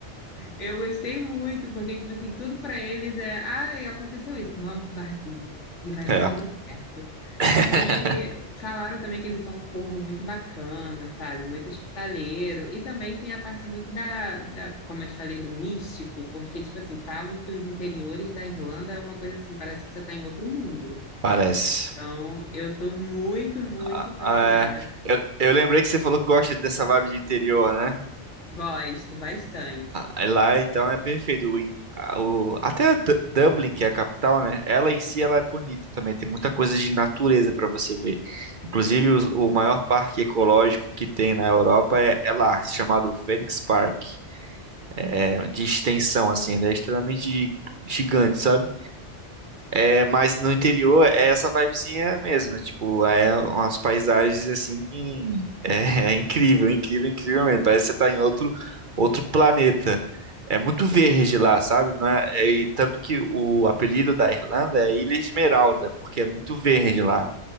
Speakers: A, on the left; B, on the right.
A: eu gostei muito, porque tipo assim, tudo para eles é, ai, aconteceu isso, vamos pro barzinho e vai
B: É.
A: dar tudo certo.
B: <laughs>
A: E falaram também que eles são um povo muito bacana, sabe? Muito hospitaleiro. E também tem a parte muito da, da, como eu te falei, do místico, porque tipo assim, falam que os interiores da Irlanda é uma coisa assim, parece que você está em outro mundo.
B: Parece.
A: Então, eu tô muito, muito
B: Ah,
A: fascinada.
B: ah, é. Eu, eu lembrei que você falou que gosta dessa vibe de interior, né?
A: Gosto bastante.
B: É, lá então é perfeito. O, in- a- o- até Du- Dublin, que é a capital, né? Ela em si ela é bonita também. Tem muita coisa de natureza para você ver. Inclusive
A: Hum,
B: os- o, maior parque ecológico que tem na Europa é, é lá, chamado Phoenix Park. É de extensão assim, ele é extremamente gi- gigante, sabe? É, mas no interior é essa vibezinha mesmo, é, tipo, é umas paisagens assim, em- é, <laughs> é incrível, incrível, incrível mesmo. Parece que você tá em outro, outro planeta. É muito verde lá, sabe? Não é, é- e tanto que o apelido da Irlanda é Ilha Esmeralda, porque é muito verde lá.